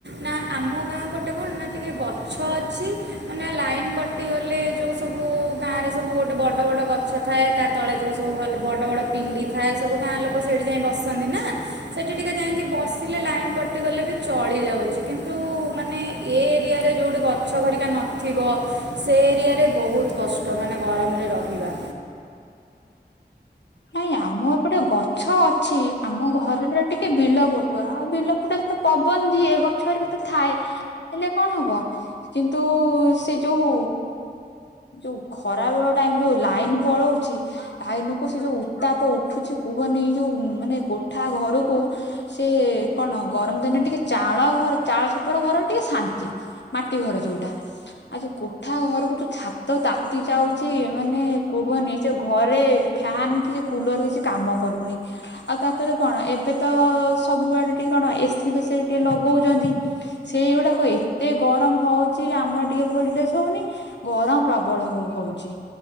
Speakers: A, on the right; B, on the left.
A: ନା ଆମ ଗାଁ ଗୋଟେ କଣ ନା ଟିକେ ଗଛ ଅଛି ମାନେ ଲାଇନ କଟି ଗଲେ ଯୋଉ ସବୁ ଗାଁ ରେ ସବୁ ଗୋଟେ ବଡ ବଡ଼ ଗଛ ଥାଏ ତା ତଳେ ଯୋଉ ସବୁ ଭଲ୍‌ ବଡ଼ ବଡ଼ ପିଣ୍ଡି ଥାଏ ସବୁ ଗାଁ ଲୋକ ସେଇଠି ଯାଇ ବସନ୍ତି ନା ସେଇଠି ଟିକେ ଯାଇକି ବସିଲେ ଲାଇନ୍ କଟିଗଲେ ବି ଚଳିଯାଉଛି କିନ୍ତୁ ମାନେ ଏ ଏରିଆରେ ଯୋଉଠି ଗଛ <unintelligible> ନଥିବ ସେ ଏରିଆରେ ବହୁତ କଷ୍ଟ ମାନେ ଗରମରେ ରହିବା।
B: ନାଇଁ ଆମ ଏପଟେ ଗଛ ଅଛି ଆମ ଘରଟା ଟିକେ ବିଲ ପଟୁଆ ଆଉ ବିଲ ପଟୁଆ ରେ ତ ପବନ ଦିଏ ଗଛରେ ହେରୀକା ତ ଥାଏ ହେଲେ କଣ ହବ କିନ୍ତୁ ସେ ଯୋଉ ଯୋଉ ଖରା ବେଳ ଟାଇମ ଯୋଉ ଲାଇନ ପଳଉଛି ଲାଇନ କୁ ସେ ଯୋଉ ଉତ୍ତାପ ଉଠୁଛି କୁହନି ଯୋଉ ମାନେ କୋଠା ଘରକୁ ସେ କଣ ଗରମ ଦିନରେ ଟିକେ ଚାଳ ଘର ଚାଳ ଛପର ଘର ଟିକେ ଶାନ୍ତି ମାଟି ଘର ଯୋଉଟା ଆଉ ଯୋଉ କୋଠା ଘରକୁ ଯୋଉ ଛାତ ତାତି ଯାଉଛି ମାନେ କୁହନି ସେ ଘରେ ଫ୍ୟାନ କିଛି କୁଲର କିଛି କାମ କରୁନି ଆଉ ତାପରେ କଣ ଏବେ ତ ଅ ସବୁଆଡେ ଟିକେ କଣ ଏସିି ଫେସି ଟିକେ ଲଗଉଚନ୍ତି ସେଇଗୁଡାକ ଏତେ ଗରମ ହଉଛି ଆମର ଟିକେ ଭୋଲଟେଜ ହଉନି ଗରମ ପ୍ରବଳ ହ ହଉଛି